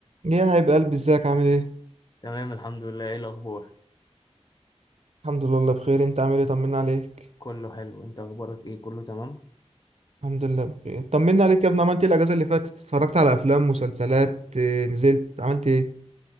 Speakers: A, on the right (about 70°); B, on the left (about 35°).
A: يا حبيب قلبي ازيك عامل ايه
B: تمام الحمد لله ايه الاخبار
A: الحمد لله بخير انت عامل ايه طمنا عليك
B: كله حلو انت اخبارك ايه كله تمام
A: الحمد لله بخير طمنا عليك يا ابني عملت ايه الاجازه اللي فاتت اتفرجت على افلام مسلسلات اه، نزلت عملت ايه